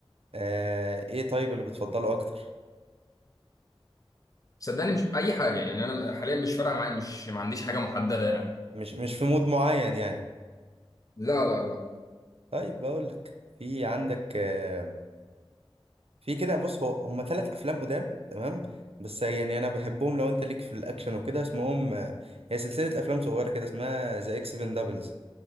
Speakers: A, on the right (about 80°); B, on the left (about 35°).
A: آه إيه طيب اللي بتفضله أكتر
B: صدقني مش اي حاجه يعني انا حاليا مش فارقه معايا مش ما عنديش حاجه محدده يعني
A: مش مش في مود معين يعني
B: لا لا لا
A: طيب بقولك في عندك آه في كده بص هو هما تلات أفلام قدام تمام بس يعني أنا بحبهم لو أنت ليك في الأكشن وكده اسمهم آه، هي سلسلة أفلام صغيرة كده اسمها ذا إكس بندبلز